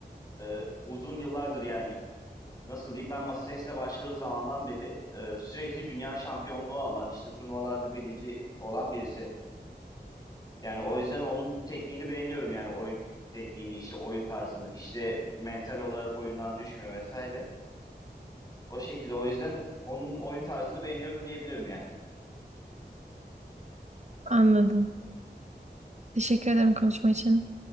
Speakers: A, on the left; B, on the right.
A: e, uzun yıllardır yani nasıl diyeyim ben masa tenisine başladığım zamandan beri e, sürekli dünya şampiyonluğu alan işte turnuvalarda birinci olan birisi. Yani o yüzden onun tekniğini beğeniyorum yani oyun tekniğini işte oyun tarzını işte mental olarak oyundan düşmüyor vesaire. O şekilde o yüzden onun oyun tarzını beğeniyorum diyebilirim yani.
B: Anladım. Teşekkür ederim konuşma için.